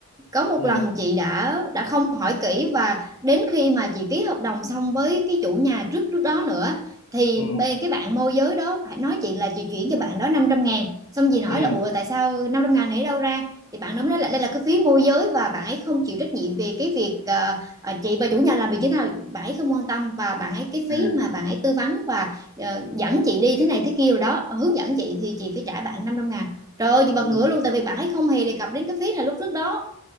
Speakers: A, on the right; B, on the left.
A: có một
B: ừ,
A: lần chị đã đã không hỏi kỹ và đến khi mà chị ký hợp đồng xong với cái chủ nhà trước trước đó nữa thì
B: ừ.
A: bê cái bạn môi giới đó phải nói chị là chị chuyển cho bạn đó năm trăm ngàn xong chị nói
B: Ừ,
A: là ủa tại sao năm trăm ngàn này đâu ra thì bạn đó mới nói là đây là cái phí môi giới và bạn ấy không chịu trách nhiệm về cái việc ờ, ờ, chị và chủ nhà làm việc như thế nào bạn ấy không quan tâm và bạn ấy cái
B: à,
A: phí mà bạn ấy tư vấn và ờ, dẫn chị đi thế này thế kia rồi đó hướng dẫn chị thì chị phải trả bạn năm trăm ngàn Trời ơi, chị bật
B: ừ.
A: ngửa luôn tại vì bạn ấy không hề đề cập đến cái phí này lúc trước đó